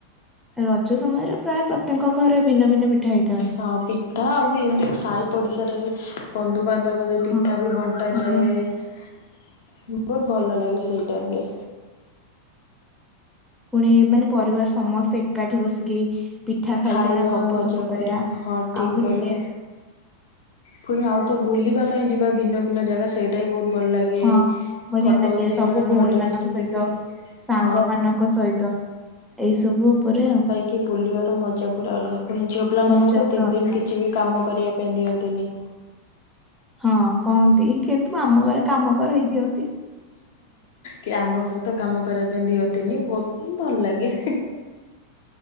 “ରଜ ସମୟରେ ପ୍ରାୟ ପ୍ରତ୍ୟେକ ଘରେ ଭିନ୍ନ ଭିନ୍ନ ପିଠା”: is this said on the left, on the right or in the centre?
Centre